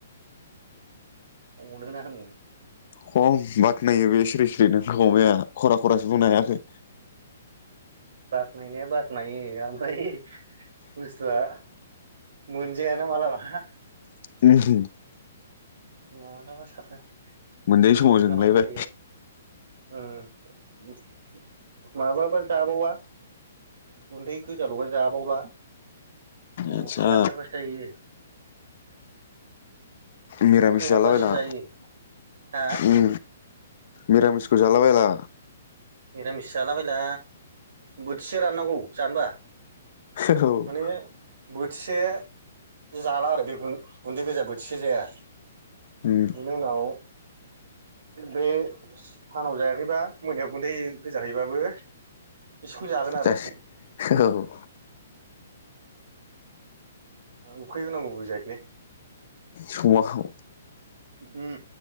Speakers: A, on the right; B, on the left.
A: अनोना होन
B: खम बाख्नायो बे सिरि सिरि नोंखौ अमाया खरा खरासो बुंनो हायाखै।
A: बाखनायनाया बाखनायो ओमफ्राय बुस्थुया मोनजाया ना मालाबा। <unintelligible>
B: <unintelligible>
A: मालाबा साला अखायावनो
B: मोनजायै समाव जोंलायबाय
A: थानांगौ जायो ओम। माबाबा जाबावआ गुन्दै गोजालबा जाबावला नुखै
B: आदसा
A: हाबथारबासो जायो।
B: मिरामिस
A: उखैहाबबासो
B: जालाबायला
A: जायो हा
B: उम मिरामिसखौ जालाबायला।
A: निरामिस जालाबायला बोथिसे राननांगौ जानोबा
B: औ।
A: माने बोथिसे जाला आरो बे गुन्दै गोजा बोथिसे जाया।
B: उम
A: बेनि उनाव बे सानाव जायाखैबा मोनायाव गुन्दै गोजाहैबाबो एसेखौ जागोन आरो
B: जासि औ
A: उखैहोनांगौबो जायोलै।
B: संआखौ।
A: उम